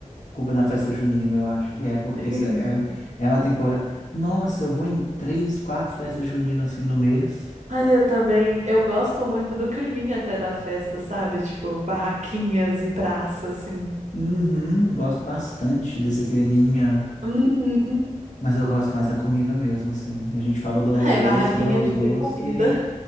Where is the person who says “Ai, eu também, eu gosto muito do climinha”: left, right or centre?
Right